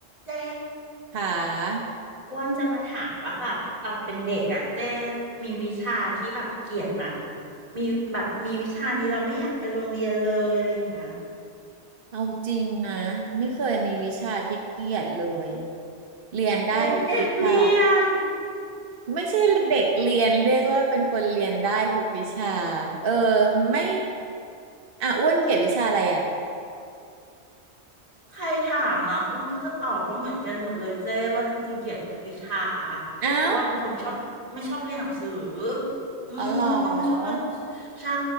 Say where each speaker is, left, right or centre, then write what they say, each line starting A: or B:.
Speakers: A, on the right; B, on the right.
A: เจ๊
B: หา
A: อ้วนจะมาถามว่าแบบตอนเป็นเด็กอ่ะเจ๊มีวิชาที่แบบเกลียดมะมีแบบมีวิชานี้เราไม่อยากไปโรงเรียนเลยอะไรอย่างเงี้ย
B: เอาจริงนะไม่เคยมีวิชาที่เกลียดเลย เรียนได้ทุกวิชา
A: โอ้ยเด็กเรียน
B: ไม่ใช่เด็กเรียนเรียกว่าเป็นคนเรียนได้ทุกวิชา
A: อืม
B: เออไม่อ่ะอ้วนเกลียดวิชาอะไรอ่ะ
A: ใครถามนะอ้วนก็จะตอบเขาเหมือนกันหมดเลยเจ้ว่าจริงๆเกลียดทุกวิชา
B: เอ้า
A: เพราะว่าเป็นคนไม่ชอบไม่ชอบเรียนหนังสืออืมอ้วนไม่ชอบเรียนหนังสือใช่
B: อ๋อเหรอ